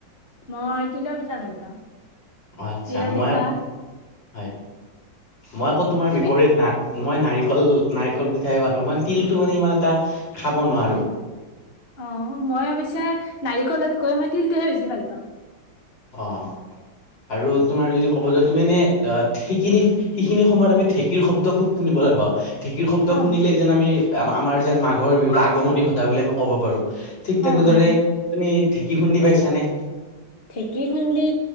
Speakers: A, on the left; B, on the left.
A: মই তিলৰ পিঠা ভাল পাওঁ।
B: অ আচ্ছা
A: তিলৰ
B: মই
A: পিঠা
B: আকৌ হয় মই আকৌ তোমাৰ
A: তুমি
B: বিপৰীত না মই নাৰিকল নাৰিকল পিঠাই ভাল পাওঁ ম তিলটো মানে ইমান এটা খাব নোৱাৰো।
A: অ মই অৱশ্যে নাৰিকলতকৈ মই তিলটোহে বেছি ভাল পাওঁ।
B: অ আৰু তোমাৰ যদি ক'ব য মানে ঢেঁকী সিখিনি সময়ত আমি ঢেঁকীৰ শব্দ খুব শুনিবলৈ পাওঁ ঢেঁকীৰ শব্দ
A: অ
B: শুনিলেই যেন আমি আ আমাৰ যেন মাঘৰ বিহুৰ আ আগমনি ঘটা বুলি আমি ক'ব পাৰো ঠিক তেনেদৰে
A: অ অ
B: তুমি ঢেঁকী খুন্দি পাইছানে?
A: ঢেঁকী খুন্দি,